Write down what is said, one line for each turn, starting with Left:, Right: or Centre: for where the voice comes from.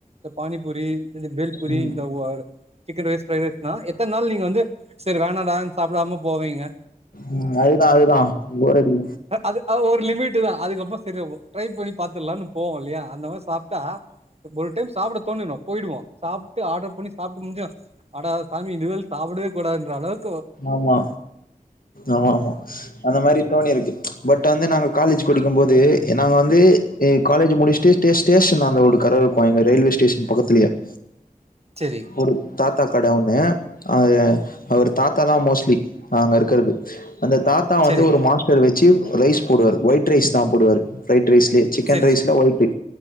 Right: இந்த பானிபூரி இந்த பேல்புரி
Left: ம்
Right: இந்த உவ சிக்கன் ரைஸ் ஃப்ரைட் ரைஸ்னா எத்தன நாள் நீங்க வந் து செரி வேணாடான் சாப்புடாமப் போவீங்க
Left: ம் அதுதா அதுதா போரடிக்கு
Right: து அது ஒரு லமிட்டு தா அதுக்கப்புற செரி ட்ரை பண்ணி பத்தர்லான்னு போவோ இல்லைய அந்த மாரி சாப்ட்டா ஒரு டைம் சாப்பிட தோணிர்ன்னு போயிடுவோ சாப்ட்டு ஆடர் பண்ணி சாப்ட்டு முடிஞ்சோ ஆடா சாமி இனிமேல் சாப்பிடவே கூடத் என்ற அளவுக்
Left: ஆமா ஆமாமா அந்த மாரி தோணிருக்கு பட் வந்து நாங்க காலேஜ் படிக்கும் போது எ நாங்க வந்து எ காலேஜ் முடிச்சுட்டு ஸ்டேஸ் ஸ்டேஷனாண்ட ஒரு கரவுருக்கூ எங்க ரயில்வே ஸ்டேஷன் பக்கத்திலே ம்
Right: செரி
Left: ஒரு தாத்தா கடை ஒண்ணே அ அவர் தாத்தா தா மோஸ்ட்லி அங்க இருக்கறது அந்த தாத்தா வந்து
Right: செரி
Left: ஒரு மாஸ்டர் வச்சு ரைஸ் போடுவரு ஒய்ட் ரைஸ் சாப்பிடுவாரு ப்ரரைட் ரைஸ் சிக்கன்
Right: செரி
Left: ரைஸ்ல ஒய்ட்டு்